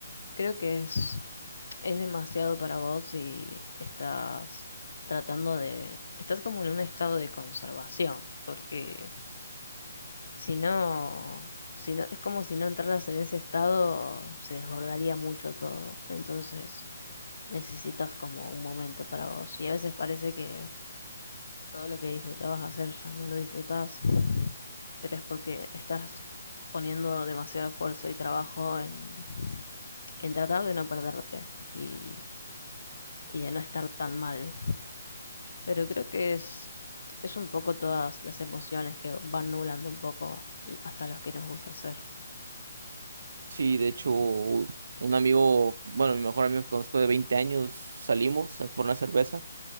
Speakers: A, on the left; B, on the right.
A: creo que es, es demasiado para vos y estás tratando de. Estás como en un estado de conservación, porque si no, si no, es como si no entraras en ese estado, se desbordaría mucho todo. Entonces necesitas como un momento para vos. Y a veces parece que todo lo que disfrutabas hacer ya no lo disfrutás. pero es porque estás poniendo demasiado esfuerzo y trabajo en, en tratar de no perderte y, y de no estar tan mal. Pero creo que es, es un poco todas las emociones que van nublando un poco hasta los que nos gusta hacer.
B: Sí, de hecho, un amigo, bueno, mi mejor amigo que conozco de 20 años, salimos por una cerveza